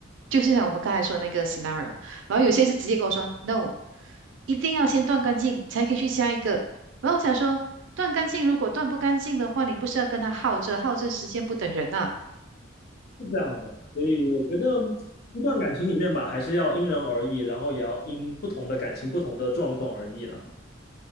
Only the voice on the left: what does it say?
这样的。所以我觉得一段感情里面吧，还是要因人而异，然后也要因不同的感情、不同的状况而异啦。